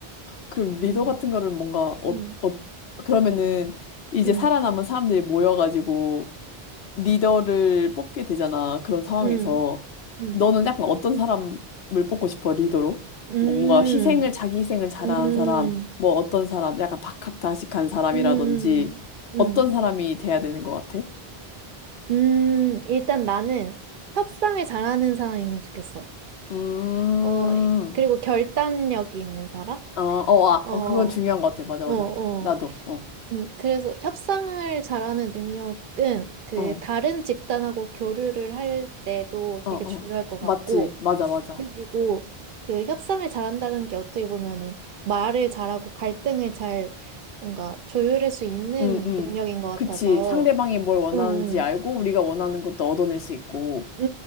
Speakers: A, on the left; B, on the right.
A: 그 리더
B: 음,
A: 같은 거를 뭔가 어,
B: 음,
A: 어 그러면은 이제
B: 음,
A: 살아남은 사람들이 모여가지고 리더를 뽑게 되잖아. 그런 상황에서
B: 음, 음,
A: 너는 약간 어떤 사람을 뽑고 싶어 리더로?
B: 음,
A: 뭐 뭔가 희생을 자기 희생을 잘하는
B: 음,
A: 사람, 뭐 어떤 사람, 약간 박학다식한 사람이라든지
B: 음, 음, 음.
A: 어떤 사람이 돼야 되는 것 같아?
B: 음, 일단 나는 협상을 잘하는 사람이면 좋겠어.
A: 음,
B: 어, 그리고 결단력이 있는 사람?
A: 어, 어, 아,
B: 어, 어,
A: 어, 그건 중요한 것 같아. 맞아, 맞아.
B: 어.
A: 나도, 어,
B: 음, 그래서 협상을 잘하는 능력은 그
A: 어,
B: 다른 집단하고 교류를 할 때도
A: 어,
B: 되게
A: 어.
B: 중요할 것
A: 맞지,
B: 같고,
A: 맞아, 맞아.
B: 그리고 그 협상을 잘한다는 게 어떻게 보면은 말을 잘하고 갈등을 잘 뭔가 조율할 수 있는
A: 응, 응.
B: 능력인 것 같아서,
A: 그치. 상대방이 뭘 원하는지
B: 음,
A: 알고
B: 음.
A: 우리가 원하는 것도 얻어낼 수 있고.
B: 음,